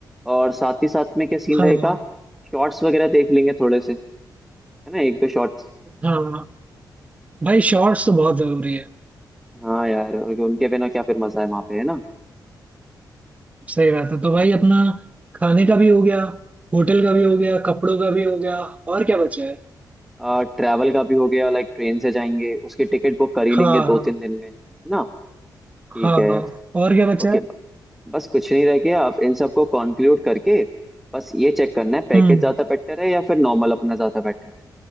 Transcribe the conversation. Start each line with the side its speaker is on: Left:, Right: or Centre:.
Centre: और साथ ही साथ में क्या सीन
Right: हाँ
Centre: रहेगा शॉर्ट्स वगैरह देख लेंगे थोड़े से है ना एक दो शॉर्ट्स
Right: हाँ भाई शॉर्ट्स तो बहुत जरूरी है
Centre: हाँ यार उनके बिना क्या फिर मजा है वहाँ पे है ना
Right: सही बात है तो भाई अपना खाने का भी हो गया होटल का भी हो गया कपड़ों का भी हो गया और क्या बचा है
Centre: आ, ट्रैवल का भी हो गया लाइक ट्रेन से जाएंगे उसकी टिकट बुक कर ही लेंगे
Right: हाँ
Centre: दो
Right: हाँ
Centre: तीन दिन में है ना ठीक
Right: हाँ
Centre: है
Right: हाँ और क्या बचा
Centre: ओके
Right: है
Centre: बस कुछ नहीं रह गया आप इन सबको कॉन्क्लूड करके बस ये चेक करना है पैकेज
Right: हम्म
Centre: ज्यादा बेटर है या फिर नॉर्मल अपना ज्यादा बेटर है